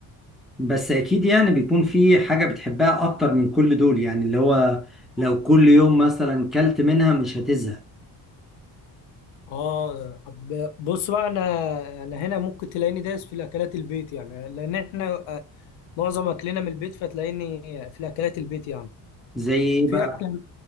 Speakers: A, in the centre; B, on the left.
A: بس اكيد يعني بيكون في حاجة بتحبها اكتر من كل دول يعني اللي هو لو كل يوم مثلا كلت منها مش هتزهق
B: اه طب بص بقى انا انا هنا ممكن تلاقيني دايس في الاكلات البيت يعني لان احنا آه، معظم اكلنا من البيت فتلاقيني في الاكلات البيت يعني
A: زي ايه
B: في
A: بقى
B: اكله